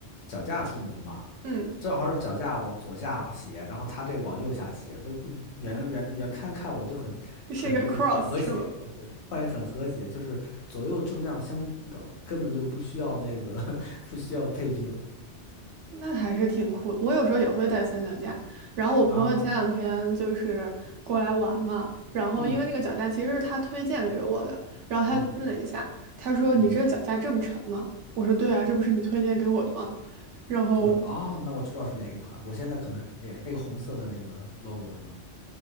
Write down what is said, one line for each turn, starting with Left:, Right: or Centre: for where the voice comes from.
Left: 脚架出门嘛，
Right: 嗯，
Left: 正好是脚架往左下斜，然后它这个往右下斜，所以更远远远看看我就很很那个和谐，
Right: 是一个 cross 是吗？
Left: 对对，换也很和谐，就是左右重量相等，根本就不需要那个 <laughs> 不需要配平
Right: 那还是挺酷的。我有时候也会带三脚架，然后我朋友前两天就是过来玩嘛，
Left: 啊，
Right: 然后因为那个脚架其实是他推荐给我的，
Left: 嗯
Right: 然后他拎了一下，
Left: 嗯
Right: 他说：
Left: 嗯，
Right: “你这个脚架这么沉吗？”我说：“对啊，这不是你推荐给我的吗？”然后
Left: 对啊，那我知道是哪一款，我现在可能也是那个红色的那个 logo 是吗？